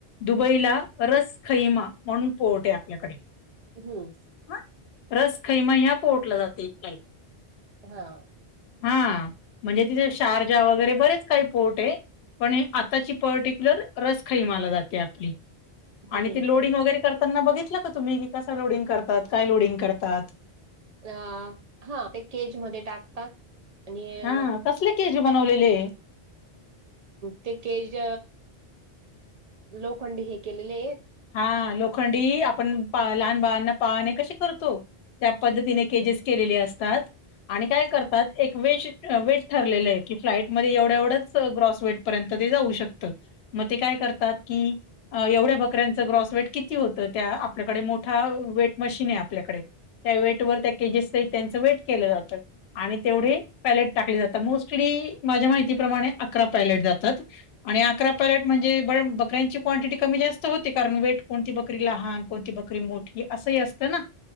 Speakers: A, on the left; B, on the right.
A: दुबईला रसखैमा म्हणून पोर्ट आपल्याकडे
B: हं.
A: हं! रसखैमा ह्या पोर्टला जाते हि फ्लाइट.
B: हा
A: हम्म! म्हणजे तिथेस तारजा वगैरे बरेच काही पोर्ट आहे. पण हे आताची पर्टिक्युलर रस खईमाला जाते आपली आणि
B: हं.
A: ती लोडिंग वगैरे करताना बघितलं का तुम्ही कसा लोडिंग करतात. काय लोडिंग करतात.
B: अहा--हा ते केज मधे टाकतात आणि
A: हां,
B: मग
A: कसले केज बनवलेले?
B: ते केज लोखंडी हे केलेले आहेत.
A: हा, लोखंडी आपण पा लहान बाळांना पाळने कसे करतो त्या पद्धतीने केजेस केलेली असतात. आणि काय करतात एक वेश वेट ठरलेलं आहे की फ्लाईट मध्ये एवढं--एवढंच रस व पर्यंत जाऊ शकत मग ते काय करतात की एवढ ककऱ्यांचं ग्रॉस वेट किती होतं. त्या आपल्याकडे मोठा वेट मशीन आहे आपल्याकडे त्या वेट वर त्या केजीसच आणि त्यांचं वेट केलं जातं आणि तेवढे पायलेट टाकले जातात. मोस्टली माझ्या माहितीप्रमाणे अकरा पायलेट जातात आणि अकरा पायलेट म्हणजे ब--बकऱ्यांची क्वांटिटी कमी जास्त होते कारण वेट कोणती बकरी लहान कोणती बकरी मोठी असंही असतं ना!